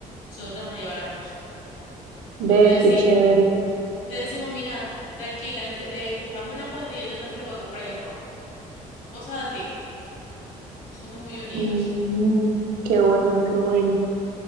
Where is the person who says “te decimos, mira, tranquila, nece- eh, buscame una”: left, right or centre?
Left